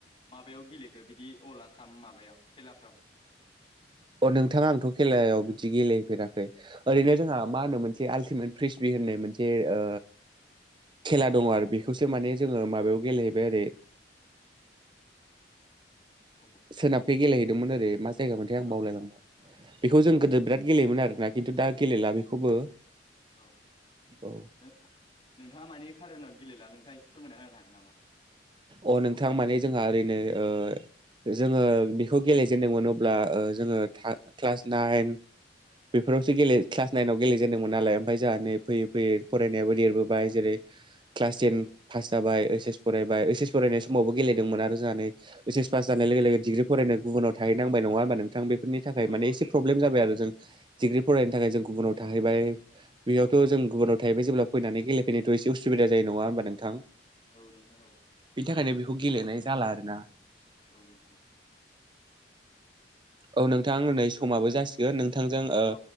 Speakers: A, on the left (about 30°); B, on the right (about 25°).
A: माबायाव गेलेखो बिदि अल आसाम माबायाव खेलाफ्राव?
B: <inaudible> अ नोंथाङा आंथ' खेलायाव बिदि गेलेफेराखै ओरैनो जोंहा
A: औ
B: मा
A: नोंथां
B: होनो मोनसे आल्टिमेट क्रिस्बि होननाय मोनसे ओ खेला दङ आरो बेखौसो माने जोङो माबायाव गेलेहैबाय आरो
A: अबाव
B: सोनाफै गेलेहैदोंमोन ओरै मा जायगा मोनथाय आं
A: औ
B: बावलायलांबाय
A: नोंथां
B: बेखौ जों गोदो बिराद गेलेयोमोन आरोना खिन्थु दा गेलेला बेखौबो
A: औ
B: औ
A: ओ नोंथाङा मानि कार'नाव गेलेला नोंथाङा एसे फोरमायना होनो हागोन नामा?
B: अ नोंथां माने जोंहा ओरैनो ओ जोङो बेखौ गेलेजेदोंमोन अब्ला ओ जोङो था क्लास नाइन बेफोरावसो
A: औ
B: गेले क्लास नाइनाव गेलेजेनदोंमोन नालाय ओमफ्राय जोंहा नै फैयै
A: औ
B: फैयै फराय नायावबो देरबोबाय जेरै क्लास थेन पास जाबाय ओइस एस फरायबाय ओइस एस फरायनाय समावबो गेलेदोंमोन आरो जानानै ओइस एस पास जानाय लोगो डिग्रि फरायनो गुबुनाव थाहैनांबाय नङा होनबा नोंथां बेफोरनि थाखाय
A: औ
B: माने
A: औ
B: एसे
A: नोंथां
B: प्रब्लेम
A: औ
B: जाबाय आरो जों डिग्रि फरायनो थाखाय जों गुबुनाव थाहैबाय बेयावथ'
A: औ
B: जों गुबुनाव थाहैबाय जेब्ला फैनानै गेलेफैनायथ' एसे उसुबिदा जायो नङा हबा नोंथां?
A: औ नोंथां औ।
B: बिनि थाखायनो बेखौ गेलेनाय जाला आरोना
A: औ नोंथां।
B: औ नोंथां नै समाबो जासिगोन नोंथांजों ओ
A: औ